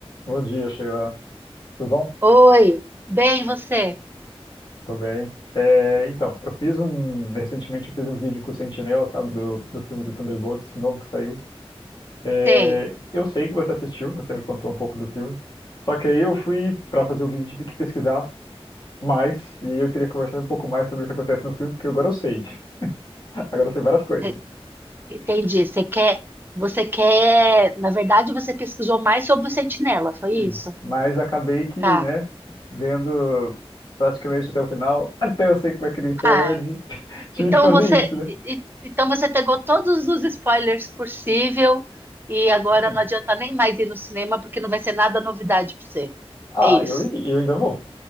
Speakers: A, on the left; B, on the right.
A: Bom dia, Sheila. Tudo bom?
B: Oi, bem você?
A: Tudo bem. É, então, eu fiz um. Recentemente eu fiz um vídeo com o Sentinela, sabe, do, do filme do Thunderbolts, novo que saiu. É,
B: Sei,
A: eu sei que você assistiu, você me contou um pouco do filme. Só que aí eu fui para fazer o vídeo, tive que pesquisar mais, e aí eu queria conversar um pouco mais sobre o que acontece no filme, porque agora eu sei. <laughs> Agora eu sei várias coisas.
B: E- entendi. Você quer, você quer, na verdade você pesquisou mais sobre o Sentinela, foi isso?
A: Sim. Mas acabei que,
B: Tá.
A: né, vendo praticamente até o final, até eu sei como é que ele perde.
B: Ah,
A: <laughs> Tive
B: então
A: que fazer
B: você,
A: isso, né?
B: e- e- então você pegou todos os spoilers possível e agora
A: Sim.
B: não adianta nem mais ir no cinema porque não vai ser nada novidade para você.
A: Ah,
B: É isso.
A: eu iria, eu ainda vou.